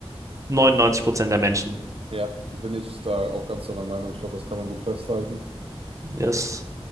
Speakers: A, on the right; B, on the right.
A: 99% der Menschen.
B: ja, bin ich da auch ganz deiner Meinung. Ich glaube, das kann man gut festhalten.
A: Das